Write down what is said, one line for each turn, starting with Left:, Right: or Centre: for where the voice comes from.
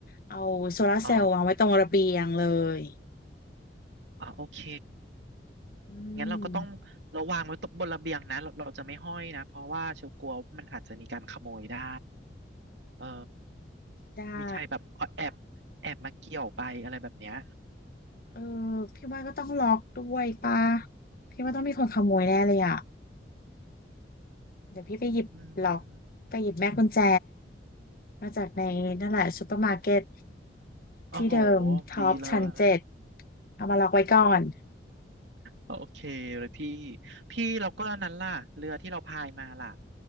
Left: เอาโซลาร์เซลล์วางไว้ตรงระเบียงเลย
Right: อ๋ออ๋อโอเค
Left: อื
Right: งั้นเราก็ต้องเราวางไว้ตบบนระเบียงนะเราเราจะไม่ห้อยนะ
Left: ม
Right: เพราะว่าเชียวกลัวว่ามันอาจจะมีการขโมยได้เออ
Left: ได้
Right: มีใครแบบแอบแอบมาเกี่ยวไปอะไรแบบเนี้ย
Left: เออพี่ว่าก็ต้องล็อกด้วยป่ะพี่ว่าต้องมีคนขโมยแน่เลยอ่ะเดี๋ยวพี่ไปหยิบล็อกไปหยิบแม่กุญแจ
Right: อืม
Left: มาจากในนั่นแหละซูเปอร์มาร์เก็ต
Right: ซึ่งโอ้โห
Left: ที่เดิมท็อปชั้นเจ็ด
Right: ดีเลย
Left: เอามาล็อกไว้ก่อน
Right: โอเคเลยพี่ พี่เราก็อันนั้นล่ะเรือที่เราพายมาล่ะ